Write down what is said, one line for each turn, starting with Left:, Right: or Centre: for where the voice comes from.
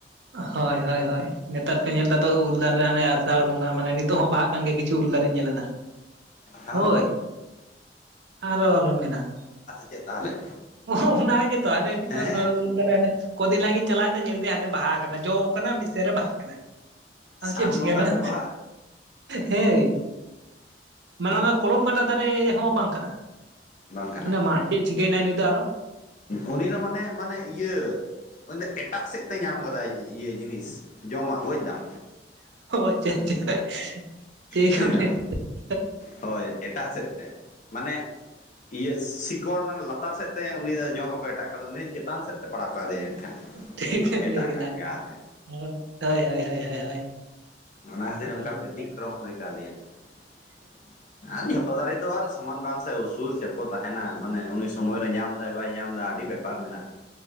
Right: ᱦᱳᱭ ᱦᱳᱭ ᱦᱳᱭ ᱱᱮᱛᱟᱨ ᱯᱮ ᱧᱮᱞ ᱮᱫᱟᱛᱚ ᱩᱞ ᱫᱟᱨᱮ ᱟᱱᱮ ᱟᱥᱟᱲ ᱵᱚᱸᱜᱟ ᱢᱟᱱᱮ ᱱᱤᱛᱚᱜ ᱦᱚᱸ ᱵᱟᱦᱟᱜ ᱠᱟᱱᱜᱮ ᱠᱤᱪᱷᱩ ᱩᱞ ᱫᱟᱨᱤᱧ ᱧᱮᱞ ᱮᱫᱟ᱾
Left: ᱦ
Right: ᱦᱳᱭ ᱟᱨᱚ ᱟᱞᱚ ᱢᱮᱱᱟᱜ
Left: ᱪᱮᱫ ᱛᱟᱦᱚᱞᱮ
Right: ᱚᱱᱟ ᱜᱮᱛᱚ ᱟᱮ ᱢᱤᱫᱴᱟᱝ
Left: ᱦᱮᱸ
Right: ᱩᱞ ᱠᱚᱫᱤᱱ ᱞᱟᱦᱟ ᱜᱤᱧ ᱪᱟᱞᱟᱣᱱᱟ ᱧᱮᱞ ᱫᱤᱭ ᱦᱟᱱᱮ ᱵᱟᱦᱟ ᱠᱟᱱᱟ ᱡᱚ ᱠᱟᱱᱟ ᱢᱤᱫ ᱥᱮᱱ ᱨᱮ ᱵᱟᱦᱟᱜ ᱠᱟᱱᱟ᱾
Left: ᱥᱟᱱ
Right: ᱟᱫᱟ ᱪᱮᱫ ᱪᱮᱠᱟᱭᱟ
Left: ᱵᱚᱸᱜᱟ
Right: ᱚᱱᱟ᱾
Left: ᱠᱚ ᱵᱟᱦᱟᱜᱼᱟ
Right: ᱦᱮᱸ ᱢᱟᱱᱮ ᱚᱱᱟ ᱠᱚᱞᱚᱢ ᱠᱟᱴᱟ ᱫᱟᱨᱮ ᱦᱚᱸ ᱵᱟᱝ ᱠᱟᱱᱟ᱾
Left: ᱵᱟᱝ ᱠᱟᱱᱟ
Right: ᱚᱱᱟ ᱢᱟ ᱪᱮᱫ ᱪᱤᱠᱟᱹᱭᱮᱱᱟᱭ ᱱᱩᱭ ᱫᱚ ᱟᱨᱚ
Left: ᱩᱱᱤ ᱫᱚ ᱢᱟᱱᱮ ᱢᱟᱱᱮ ᱤᱭᱟᱹ ᱢᱮᱱᱫᱚ ᱮᱴᱟᱜ ᱥᱮᱫ ᱛᱮᱭ ᱧᱟᱢ ᱠᱟᱫᱟᱭ ᱤᱭᱟᱹ ᱡᱤᱱᱤᱥ ᱡᱚᱢᱟᱜ ᱵᱡᱽᱫᱟᱢ᱾
Right: ᱟᱪᱪᱷᱟ ᱟᱪᱪᱷᱟ ᱴᱷᱤᱠ
Left: ᱵᱩᱡ
Right: ᱮᱢ
Left: ᱫᱟᱢ
Right: ᱞᱟᱹᱭ ᱠᱟᱫᱟ᱾
Left: ᱦᱳᱭ ᱮᱴᱟᱜ ᱥᱮᱫ ᱛᱮ ᱢᱟᱱᱮ ᱤᱭᱟᱹ ᱥᱤᱠᱚᱲ ᱢᱟᱱᱮ ᱞᱟᱛᱟᱨ ᱥᱮᱫ ᱛᱮ ᱩᱱᱤ ᱡᱚᱢ ᱟᱠᱚ ᱮᱴᱟᱜ ᱠᱟᱫᱟ ᱩᱱᱤ ᱪᱮᱛᱟᱱ ᱥᱮᱫ ᱛᱮ ᱯᱟᱲᱟᱣ ᱠᱟᱫᱮᱭᱟ᱾ ᱮᱱᱠᱷᱟᱱ
Right: ᱴᱷᱤᱠᱮᱢ
Left: ᱮᱴᱟᱜᱟᱜ
Right: ᱞᱟᱹᱭ ᱠᱮᱫᱟ
Left: ᱜᱟᱛᱮ
Right: ᱦᱳᱭ ᱦᱳᱭ ᱦᱳᱭ᱾
Left: ᱚᱱᱟ ᱠᱷᱟᱹᱛᱤᱨ
Right: ᱟᱨ ᱟᱞᱚᱢ
Left: ᱵᱮᱛᱤᱠᱨᱚᱢ
Right: ᱞᱟᱹᱭᱟ
Left: ᱦᱩᱭ ᱠᱟᱫᱤᱧᱟᱹ ᱡᱚᱛᱚ ᱫᱟᱨᱮ ᱫᱚ ᱟᱨ ᱥᱚᱢᱟᱱ ᱵᱟᱝ ᱥᱮ ᱩᱥᱩᱞ ᱪᱮᱯᱚ ᱛᱟᱦᱮᱱᱟ ᱢᱟᱱᱮ ᱩᱱᱤ ᱥᱚᱢᱚᱭᱨᱮ ᱧᱟᱢᱫᱟᱭ ᱵᱟᱭ ᱧᱟᱢ ᱮᱫᱟ ᱟᱹᱰᱤ ᱵᱮᱯᱟᱨ ᱢᱮᱱᱟᱜᱼᱟ᱾